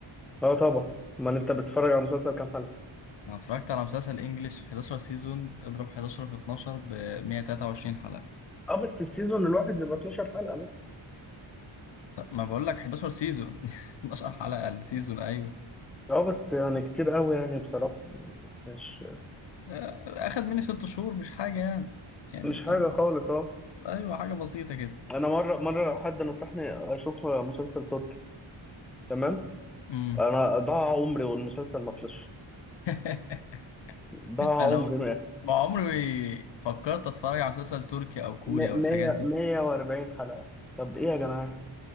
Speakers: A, in the centre; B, on the left.
A: اه طبعا امال انت بتتفرج على مسلسل كام حلقه
B: انا اتفرجت على مسلسل انجليش 11 سيزون اضرب 11 في 12 ب 123 حلقة
A: اه بس السيزون الواحد بيبقى 12 حلقه
B: طب ما بقول لك 11 سيزون <laughs> 12 حلقة السيزون ايوه
A: اه بس يعني كتير قوي يعني بصراحة مش
B: آه، اخد مني 6 شهور مش حاجة يعني يعني
A: مش
B: كان
A: حاجة خالص اه
B: ايوه حاجة بسيطة كده
A: انا مرة مرة حد نصحني اشوف مسلسل تركي تمام
B: امم
A: انا ضاع عمري والمسلسل ما خلصش
B: <laughs>
A: ضاع
B: انا
A: عمري ما-
B: ما عمري فكرت اتفرج على مسلسل تركي او كوري
A: م-
B: او الحاجات
A: مية
B: دي
A: مية واربعين حلقة طب ايه يا جماعة